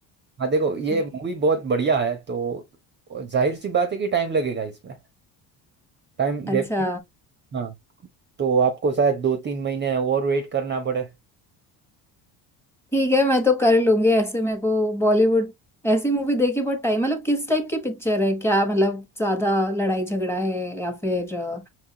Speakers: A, on the right; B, in the centre.
A: हाँ देखो ये
B: <laughs>
A: मूवी बहुत बढ़िया है तो जाहिर सी बात है कि टाइम लगेगा इसमें Time
B: अच्छा
A: definite हाँ तो आपको शायद दो तीन महीने और वेट करना पड़े
B: ठीक है मैं तो कर लूंगी ऐसे मेरे को बॉलीवुड ऐसी मूवी देखी बहुत टाइम मतलब किस टाइप की पिक्चर है क्या मतलब ज्यादा लड़ाई झगड़ा है या फिर अ,